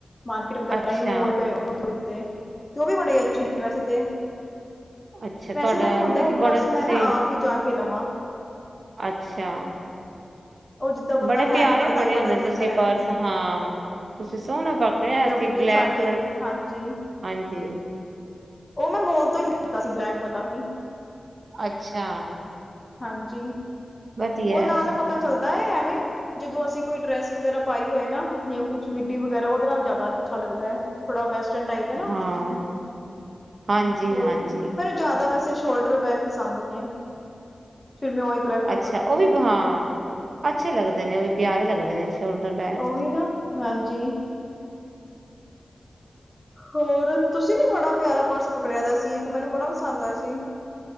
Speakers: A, on the left (about 25°); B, on the right (about 60°).
A: ਮਾਰਕੀਟ ਵਗੈਰਾ
B: ਅੱਛਾ,
A: ਗਏ, ਮੋਲ ਗਏ। ਉੱਥ ਤੋਂ ਲਿਤੇ, ਉਹ ਵੀ ਬੜੇ ਹੀ ਅੱਛੇ ਨੇ ਵੈਸੇ ਤੇ।
B: ਅੱਛਾ, ਤੁਹਾਡਾ
A: ਵੈਸੇ ਮੈਨੂੰ ਹੁੰਦਾ
B: ਨਾ
A: ਕਿ
B: ਬੜਾ
A: ਪਰਸ ਮੈਂ
B: ਤੁਸੀਂ,
A: ਨਾ ਆਪ ਹੀ ਜਾ ਕੇ ਲਵਾਂ।
B: ਅੱਛਾ।
A: ਉਹ ਜਿੱਦਾਂ ਬੰਦਾ
B: ਬੜੇ
A: ਹੈਂਗ
B: ਪਿਆਰੇ
A: ਕਰਦਾ
B: ਫੜੇ
A: ਹੈ ਪਤਾ
B: ਹੁੰਦੇ
A: ਚੱਲਦਾ
B: ਨੇ ਤੁਸੀਂ
A: ਹੈ
B: ਪਰਸ ਹਾਂ। ਤੁਸੀਂ ਸੋਹਨੇ ਫ ਫੜਿਆ
A: ਕਿ
B: ਹੋਇਆ ਸੀ
A: ਆਪਣੇ
B: ਬਲੈਕ
A: ਸਾਡੇ
B: ਕਲਰ,
A: ਹਾਂਜੀ
B: ਹਾਂਜੀ।
A: ਉਹ, ਮੈਂ ਮੋਲ ਤੋਂ ਹੀ ਲਿੱਤਾ ਸੀ ਬਲੈਕ ਵਾਲਾ ਵੀ।
B: ਅੱਛਾ।
A: ਹਾਂਜੀ।
B: ਵਧੀਆ
A: ਉਹ ਨਾਲ ਪਤਾ ਚੱਲਦਾ ਐ, ‌ ਐਵੇਂ ਜਦੋਂ ਅਸੀਂ ਕੋਈ ਡਰੈਸ ਵਗੈਰਾ ਪਾਈ ਹੋਏ ਨਾ ਜਾਂ ਕੁਛ ਮਿੱਡੀ ਵਗੈਰਾ ਉਹਦੇ ਨਾਲ ਜ਼ਿਆਦਾ ਅੱਛਾ ਲੱਗਦਾ ਹੈ। ਥੋੜਾ ਵੈਸਟਰਨ ਟਾਈਪ ਐ ਨਾ,
B: ਹਾਂ ਹਾਂਜੀ
A: ਹੋਰ
B: ਹਾਂਜੀ
A: ਕੀ ਪਰ। ਜ਼ਿਆਦਾ ਵੈਸੇ ਸ਼ੋਲਡਰ ਬੈਗ ਪਸੰਦ ਨੇ। ਫਿਰ ਮੈਂ ਉਹੀ ਪ੍ਰੈਫਰ
B: ਅੱਛਾ,
A: ਕਰਦੀ
B: ਉਹ ਵੀ ਹਾਂ, ਅੱਛੇ ਲੱਗਦੇ ਨੇ ਉਹ ਵੀ ਪਿਆਰੇ ਲੱਗਦੇ ਨੇ ਸ਼ੋਲਡਰ ਬੈਗ
A: ਉਹੀ ਨਾ, ਹਾਂਜੀ। ਹੋਰ ਤੁਸੀਂ ਨੀ ਬੜਾ ਪਿਆਰਾ ਪਰਸ ਪਕੜਿਆ ਦਾ ਸੀ। ਇੱਕ ਮੈਨੂੰ ਬੜਾ ਪਸੰਦ ਆਇਆ ਸੀ।